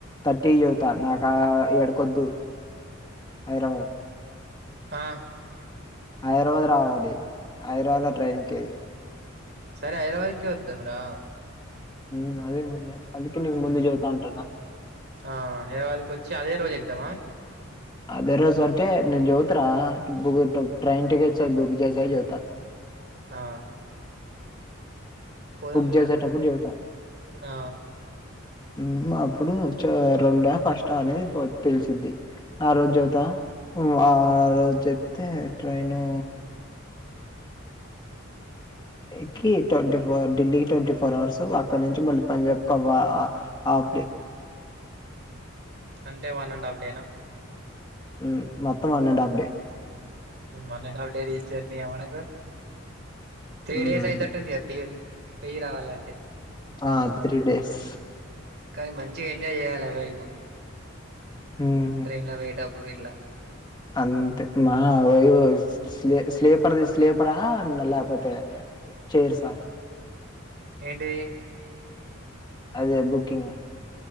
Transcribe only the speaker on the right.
ఆ
సరే హైదరాబాద్ కే వద్దాం రా
ఉమ్
ఆ హైదరాబాద్కి వచ్చి అదే రోజు ఎక్కుదామా
ఆ పోదాం
ఇగ
ఆ
అంటే వన్ అండ్ హాఫ్ డే నా
one and half day journey మనకు త్రీ
డేస్ అయితట్టు ఉందిగా పోయ్ పోయి రావాలంటే
కానీ మంచిగా ఎంజాయ్ చేయ్యాల వెబ్
ట్రెయిన్ లో పోయేటప్పుడు ఇట్ల
ఏంటి